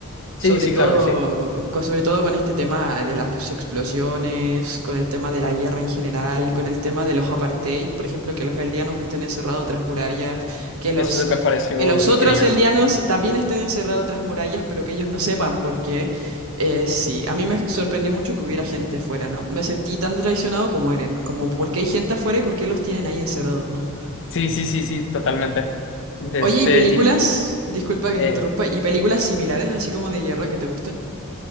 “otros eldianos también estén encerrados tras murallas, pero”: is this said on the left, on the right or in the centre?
Right